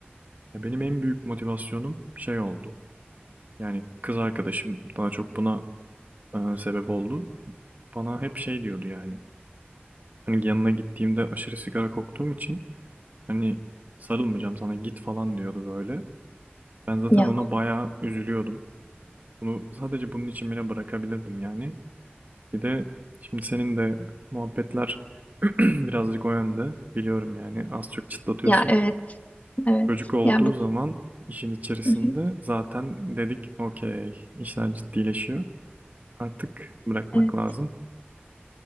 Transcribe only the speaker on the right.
Ya Benim en büyük motivasyonum şey oldu. Yani kız arkadaşım daha çok buna e, sebep oldu. Bana hep şey diyordu yani. Hani yanına gittiğimde aşırı sigara koktuğum için Hani sarılmayacağım sana git falan diyordu böyle. Ben zaten
ona bayağı üzülüyordum. Bunu sadece bunun için bile bırakabilirdim yani. Bir de şimdi senin de muhabbetler <clears throat> birazcık o yönde. Biliyorum yani az çok çıtlatıyorsun.
Çocuk olduğu
zaman işin içerisinde
zaten dedik okey işler ciddileşiyor. Artık bırakmak
lazım.